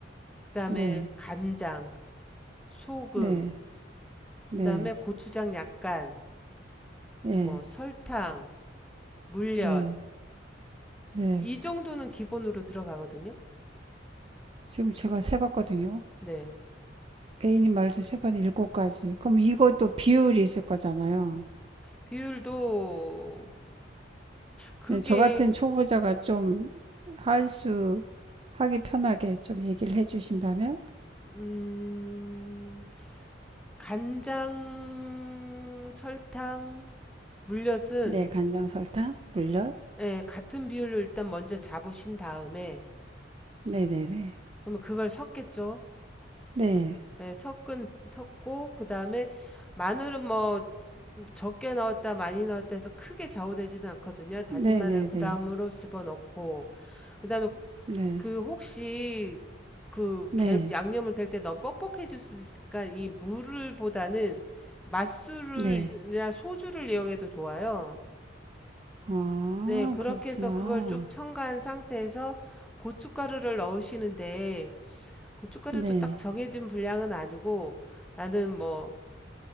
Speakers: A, in the centre; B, on the right.
A: 그다음에
B: 네.
A: 간장, 소금,
B: 네. 네,
A: 그다음에 고추장 약간,
B: 예,
A: 뭐 설탕, 물엿
B: 네, 네.
A: 이 정도는 기본으로 들어가거든요.
B: 지금 제가 세봤거든요.
A: 네.
B: A님 말서세 번 일곱 가지. 그럼 이것도 비율이 있을 거잖아요.
A: 비율도 그게
B: 저 같은
A: 그,
B: 초보자가 좀 할 수, 하기 편하게 좀 얘기를 해주신다면?
A: 음 간장, 설탕, 물엿은
B: 네, 간장, 설탕, 물엿.
A: 예, 같은 비율로 일단 먼저 잡으신 다음에
B: 네네네.
A: 그러면 그걸 섞겠죠.
B: 네,
A: 예, 섞은 섞고 그다음에 마늘은 뭐 적게 넣었다 많이 넣었다 해서 크게 좌우되지는 않거든요. 다진
B: 네네네.
A: 마늘 그다음으로
B: 네,
A: 집어넣고 그다음에
B: 네, 네.
A: 그 혹시 그
B: 네. 네,
A: 게-
B: 네,
A: 양념을 될 때 너무 뻑뻑해질 수 있으니까 이 물을 보다는 맛술을
B: 네.
A: 이나 소주를 이용해도 좋아요.
B: 아,
A: 네, 그렇게
B: 그렇구나.
A: 해서 그걸 좀 첨가한 상태에서 고춧가루를 넣으시는데 고춧가루도
B: 네.
A: 딱 정해진 분량은 아니고 나는 뭐